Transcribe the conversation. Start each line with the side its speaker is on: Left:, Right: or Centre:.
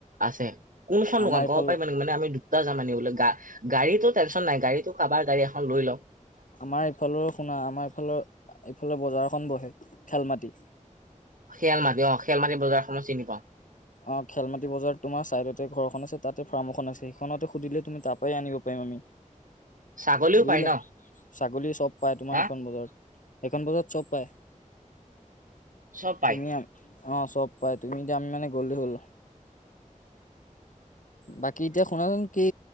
Right: আছে কোন মখন
Left: আমাৰ
Right: দোকান
Left: এইফালৰ
Right: ক'ব পাৰিবা নেকি মানে আমি দুটা যাম আনিবলে গা গাড়ীটো টেনশন নাই গাড়ীটো কাবাৰ গাড়ী এখন লৈ লওঁ।
Left: আমাৰ ইফালৰ শুনা আমাৰ ইফালৰ, এইফালৰ বজাৰ এখন বহে খেলমাটি।
Right: খিয়াল মাটি অ', খিয়াল মাটি বজাৰখনক চিনি পাও।
Left: অ', খেল মাটি বজাৰ তোমাৰ চাইডতে ঘৰখন আছে তাতে ফাৰ্ম এখন আছে সেইখনতে সুধিলে তুমি তাৰ পৰাই আনিব পাৰিম।
Right: ছাগলীও
Left: বুজিলা,
Right: পায় ন
Left: ছাগলীৰ চব পাই তোমাৰ
Right: হা
Left: সেইখন বজাৰত। এইখন বজাৰত চব পায়।
Right: চব পায়
Left: তুমি, অ', চব পাই তুমি যাম মানে গলে হ'ল। বাকী এতিয়া শুনাচোন কি